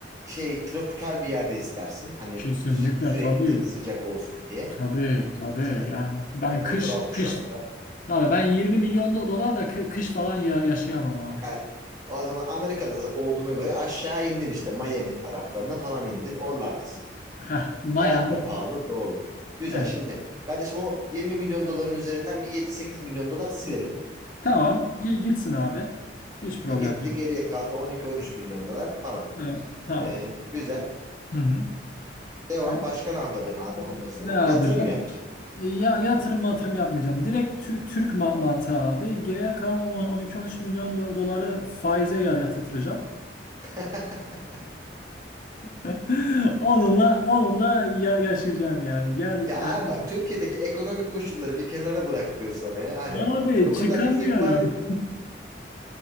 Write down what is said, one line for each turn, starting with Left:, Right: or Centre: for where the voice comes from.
Right: şey tropikal bir yerde istersin. Hani
Left: Kesinlikle
Right: sü- sürekli
Left: tabii.
Right: sıcak olsun diye.
Left: Tabii
Right: E,
Left: tabii
Right: İşte
Left: yani ben
Right: ekvatoral
Left: kış
Right: kuşakta.
Left: kış tabii ben 20 milyon do- dolarla kı- kış falan ya yaşayamam abi.
Right: Yani o zaman Amerika'da olduğuna göre aşağı indin işte Miami taraflarına falan indin. Oralardasın yani.
Left: Heh, Miami.
Right: Hayat da pahalı doğru. Güzel
Left: Evet.
Right: şimdi kardeşim o 20 milyon doların üzerinden bir 7-8 milyon dolar silelim.
Left: Tamam. Gi- gitsin abi. Hiç problem
Right: E, gitti
Left: değil.
Right: geriye kaldı 12-13 milyon dolar falan.
Left: Evet, tamam.
Right: E, güzel.
Left: Hı hı.
Right: Devam.
Left: Ee,
Right: Başka ne yapacaksın abi ondan sonra?
Left: ne yapacağım?
Right: Yatırım yapacaksın.
Left: Ee, Ya yatırım matırım yapmayacağım. Direkt tü- Türk ma- mantığı abi. Geriye kalan 12-13 milyon do- doları faize ya yatıracağım.
Right: <laughs>
Left: <laughs> Onunla onunla ya yaşayacağım yani. Gel
Right: Ya
Left: yani
Right: abi bak Türkiye'deki ekonomik koşulları bir kenara bırak diyor sana ya. Hani
Left: abi
Right: o
Left: çıkamıyorum.
Right: kadar yüksek faiz,